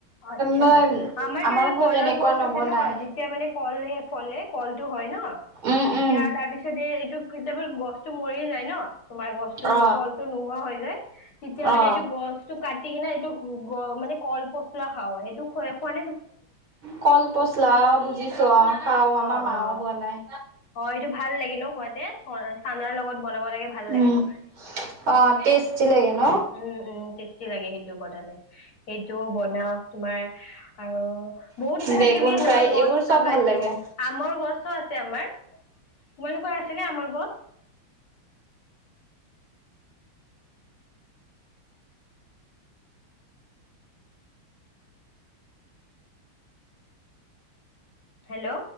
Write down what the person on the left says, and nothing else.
আচ্ছা,
আমাৰটো
কলৰ
গছ
আছে ন যেতিয়া মানে কলে ফলে কলটো হয় ন'
তেতিয়া
তাৰপিছতে এইটো কেতিয়াবা গছটো মৰি যায় ন। তোমাৰ গছটো
কলটো নোহোৱা হৈ যায়, তেতিয়া মানে
এইটো গছটো কাটি কিনে <unintelligible> মানে কল পচলা খাওঁ সেই <unintelligible>
অ',
অ',
অ', এইটো ভাল লাগে ন খুৱাতে চ চানাৰ লগত বনাব লাগে, ভাল
লাগে।
উম উম টেষ্টি লাগে সেইটো বনালে, সেইটো বনাও তোমাৰ আৰু বহুত কিবা
কিবি এনেকুৱা
গছ
লগাইছো।
আমৰ গছো আছে আমাৰ, তোমালোকৰ আছেনে আমৰ গছ? হেল্ল'।